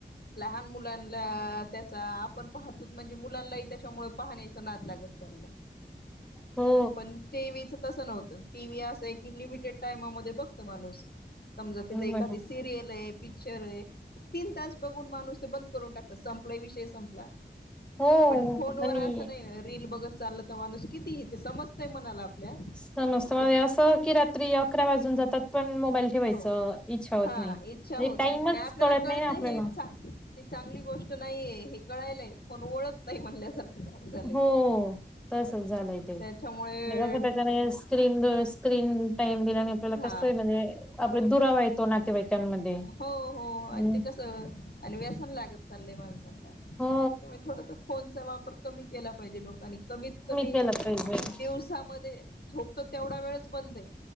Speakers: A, on the left; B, in the centre.
A: लहान मुलांला आपण पाहतोत म्हणजे मुलांनाही, त्याच्यामुळे पाहण्याचा नाद लागत चाललाय
B: हो
A: पण टीवीचं तसं नव्हतं! टीव्ही असं आहे की, लिमिटेड टायमामध्ये बघतं! माणूस समजा, तिथे एखादी
B: मॅडम
A: सिरियलये! पिक्चरये तीन तास बघून, माणूस ते बंद करून, टाकतात संपला विषय संपला.
B: हो
A: पण फोनवर
B: आणि
A: असं नाही ना! रील बघत चाललं तर, माणूस कितीही तेे समजतय मनाला आपल्या?
B: समजत म्हज
A: कि
B: असं की, रात्री अकरा वाजून जातात. पण मोबाईल ठेवायचं
A: हो
B: इच्छा होत
A: हा
B: नाही.
A: इच्छा
B: म्हणजे
A: होत
B: टाइमच
A: नाही आणि आपल्याला
B: कळत
A: कळतं
B: नाही ना आपल्याला.
A: हे चा ही चांगली गोष्ट नाहीये हे कळायलाय, पण वळत नाही म्हणल्यासारखं. काम झालंय
B: हो
A: ते.
B: तसच झालंय,
A: त्याच्यामुळे
B: ते मी क! <unintelligible> स्क्रीन स्क्रीन टाइम दिल्याने आपल्याला
A: हा
B: कसं आहे, म्हणजे आपला दुरावा येतो नातेवाईकांमध्ये.
A: हो! हो! आणि
B: हम्म.
A: ते कस! आणि व्यसन लागत चाललंय माणसांचं!
B: हो
A: त्याच्या मूळ थोडासा! फोनचा वापर कमी केला पाहिजे लोकांनी, कमीत, कमी
B: केलं पाहिजे
A: दिवसामध्ये झोपतो तेवढा वेळच बंद आहे.